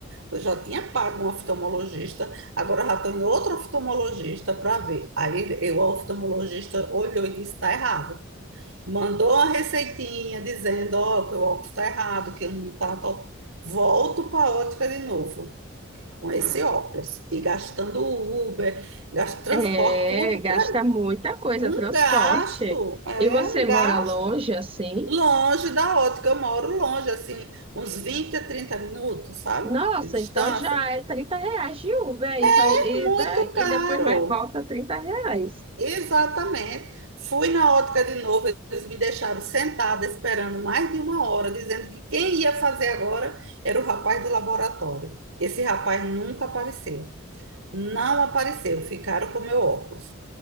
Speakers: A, on the right; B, on the right.
A: Eu já tinha pago um oftalmologista, agora eu já estou em outro oftalmologista para ver. Aí eu, o oftalmologista olhou e disse: está errado. Mandou uma receitinha dizendo: ó, que o óculos está errado, que eu não está. Volto para a ótica de novo com esse óculos e gastando Uber, gasto transporte,
B: É,
A: tudo
B: gasta
A: para
B: muita coisa,
A: um
B: transporte.
A: gasto, é
B: E você
A: um gasto
B: mora longe, assim?
A: longe da ótica. Eu moro longe, assim, uns 20 a 30 minutos, sabe?
B: Nossa,
A: De distância.
B: então já é 30 reais de Uber, é isso aí,
A: É muito
B: e, da-
A: caro.
B: e depois mais volta 30 reais.
A: Exatamente. Fui na ótica de novo, eles me deixaram sentada esperando mais de uma hora, dizendo que quem ia fazer agora era o rapaz do laboratório. Esse rapaz nunca apareceu. Não apareceu, ficaram com meu óculos.